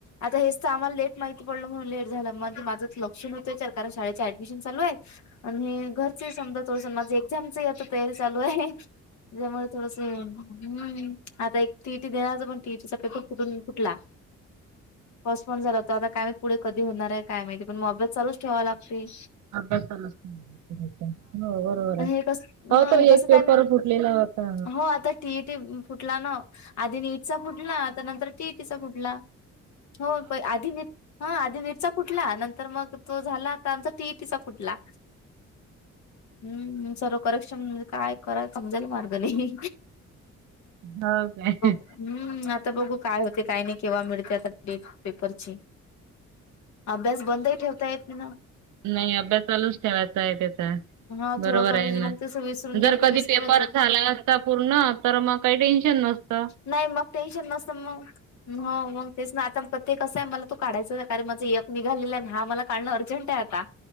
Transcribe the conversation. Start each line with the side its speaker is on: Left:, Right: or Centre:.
Left: आता हेच तर आम्हाला लेट. माहिती पडलं म्हणून लेट झालं मग माझंच लक्ष नवतं चर कारण शाळेचे ऍडमिशन चालू आहेत. आणि हे घरचे समजा तोल माझे एक्झामची आता तयारी चालू आहे. त्याच्यामुळे थोडस हम आता एक तीटी देणारच पण. ती तचा पेपर फुटून फुटला पस् पन झाला हो आता. काय माहिती पुढे कधी होणार आहे काय माहिती पण मोबाईल चालूच ठेवा लागतील.
Right: अभ्यासाला हो बरोबर
Left: आणि
Right: आहे
Left: हे कस
Right: हो
Left: हा
Right: तो
Left: हे कसं
Right: एक पेपर
Left: त्यां
Right: फुटलेला होता.
Left: हो आता टीईटी फुटला ना आधी नीट. फुटला तर नंतर टीटीचा फुटला हो प आधीने. हा आधी नीटचा फुटला नंतर मग तो झाला आता आमचा टीईटीचा फुटला. हम्म सर्वकारेक्षम म्हणजे काय. कोरा कमजल मारदनी.
Right: हो काय.
Left: हम्म आता बघू काय होते काही नाही केव्हा मिळते आता डेट पेपरची. अभ्यास बंदही ठेवता येत नाही ना.
Right: नाहीय अभ्यास चालूच ठेवायचा आहे त्याचा.
Left: ना हा थोडं
Right: बरोबर
Left: पण
Right: आहे
Left: म्हणजे
Right: ना
Left: मग तसं विसरून गेलं
Right: जर
Left: की
Right: कधी
Left: विसरूनच
Right: पेपर
Left: जात
Right: झाला असता पूर्ण तर मग काही टेन्शन. नस्त.
Left: नाही मग टेन्शन नसतं मग हो मग तेच ना आता म. ते कसं आहे मला तू काढायं आहे कारण माझं एकक निघालेलं आहे हा मला काढणं अर्जंट आहे आता.